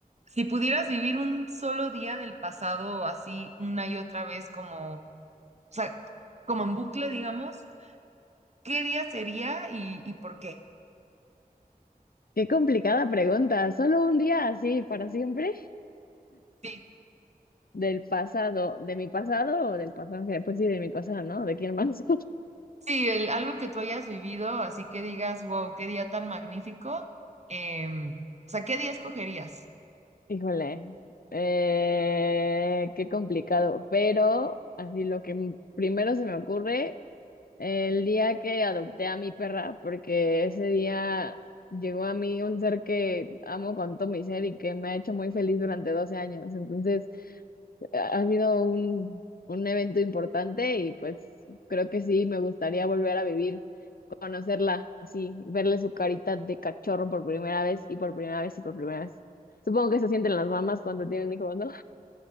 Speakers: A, on the right (about 45°); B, on the left (about 70°).
A: si pudieras vivir un solo día del pasado así una y otra vez, como, o sea, como en bucle, digamos, ¿qué día sería y, y por qué?
B: Qué complicada pregunta. Solo un día así para siempre
A: Sí.
B: del pasado, de mi pasado o del pasado, en general? pues sí, de mi pasado, ¿no? ¿De quién más?
A: Sí, el- algo que tú hayas vivido, así que digas, wow, qué día tan magnífico. em, o sea, ¿qué día escogerías?
B: <laughs> Híjole, eh, qué complicado. Pero así lo que m- primero se me ocurre, el día que adopté a mi perra, porque ese día llegó a mí un ser que amo con todo mi ser y que me ha hecho muy feliz durante 12 años. Entonces ha sido un, un evento importante y pues creo que sí, me gustaría volver a vivir, conocerla así, verle su carita de cachorro por primera vez y por primera vez y por primera vez. Supongo que eso sienten las mamás cuando tienen hijos, ¿no?